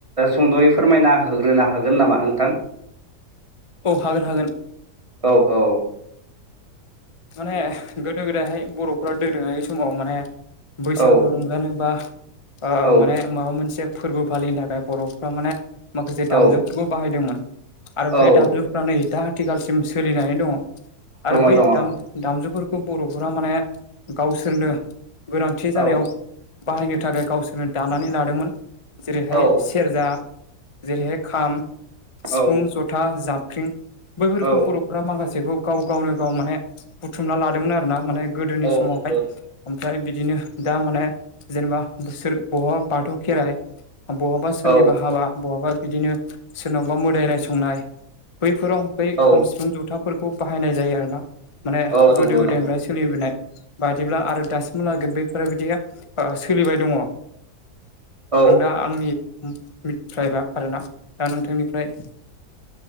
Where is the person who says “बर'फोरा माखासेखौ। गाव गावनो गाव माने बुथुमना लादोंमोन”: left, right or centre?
Left